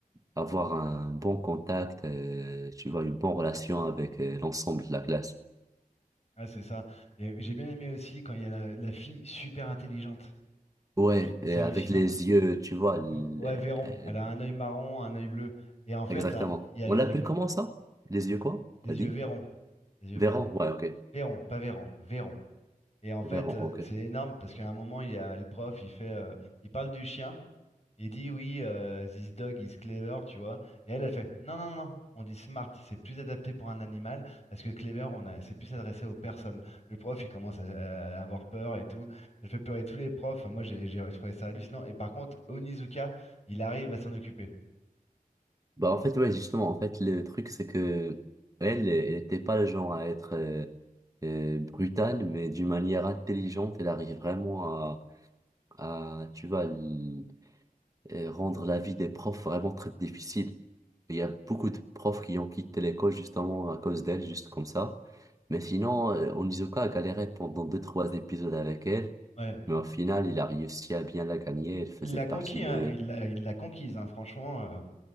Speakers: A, on the right; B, on the left.
A: avoir un bon contact, euh, tu vois, une bonne relation avec euh, l'ensemble de la classe.
B: Ouais, c'est ça. Et j'ai bien aimé aussi quand il y a la, la fille super intelligente.
A: Ouais,
B: C'est
A: et
B: c'est hallucinant.
A: avec les yeux, tu vois. l-
B: Ouais, ouais, Véron.
A: euh,
B: Elle a un œil marron, un œil bleu. Et en fait,
A: exactement.
B: hein, il y a
A: On
B: les,
A: l'appelle
B: les
A: comment ça? Les yeux quoi?
B: les
A: T'as dit?
B: yeux Véron. Les yeux
A: Véran,
B: Véron.
A: ouais, ok.
B: Véron, pas Véran, Véron. Et en fait,
A: Véran,
B: euh,
A: ok.
B: c'est énorme parce qu'à un moment, il y a le prof, il fait, euh, il parle du chien. Il dit oui, euh, this dog is clever, tu vois. Et elle, elle fait non, non, non, non. On dit smart, c'est plus adapté pour un animal parce que clever, on a, c'est plus adressé aux personnes. Le prof, il commence à, à avoir peur et tout. Elle fait pleurer tous les profs. Enfin, Moi, j'ai j'ai trouvé ça hallucinant. Et par contre, Onizuka, il arrive à s'en occuper.
A: Bah en fait ouais justement en fait le truc c'est que elle elle était pas le genre à être euh, euh, brutale mais d'une manière intelligente elle arrive vraiment à à tu vois l- euh, rendre la vie des profs vraiment très difficile. Il y a beaucoup de profs qui ont quitté l'école justement à cause d'elle juste comme ça. Mais sinon euh, Onizuka a galéré pendant deux trois épisodes avec elle
B: Ouais.
A: mais au final il a réussi à bien la gagner elle faisait
B: Il l'a
A: partie
B: conquis, hein,
A: de
B: il l'a, il l'a conquise, hein, franchement, euh,